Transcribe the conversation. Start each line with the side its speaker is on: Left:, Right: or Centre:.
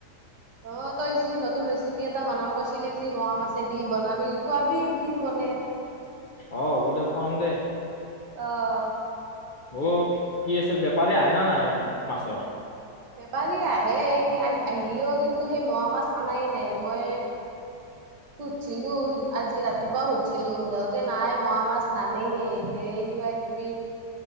Right: অ' তই যি নতুন ৰেচিপি এটা বনাম কৈছিলি যি, ম'ৱা মাছে দি বনাবি, খুৱাবি একদিন বনাই।
Left: অ' হ'ব দে, খুৱাম দে।
Right: অহ।
Left: অ' কি আছিল বেপাৰী আহে নে নাহে মাছৰ?
Right: বেপাৰী আহে আহ আহিলিও, কিন্তু সেই মোৱা মাছ অননাই নাই মই সুধছিলো আজি ৰাতিপুৱাও সুধছিলো, সোধাওতে নাই মোৰা মাছ নানেইয়ে সেই এই কিবা কিবি